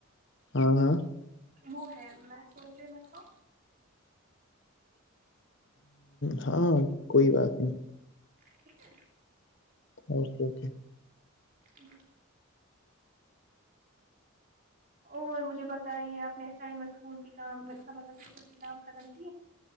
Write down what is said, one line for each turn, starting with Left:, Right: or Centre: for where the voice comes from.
Left: ہاں ہاں
Right: وہ ہے میں سوچ رہی میں تھا
Left: ہ ہاں کوئی بات نہیں
Right: ٹھیک ہے
Left: اوکے اوکے
Right: ک اور مجھے بتائیے آپ نے اسائنمنٹ اسکول کی کام کام ختم کی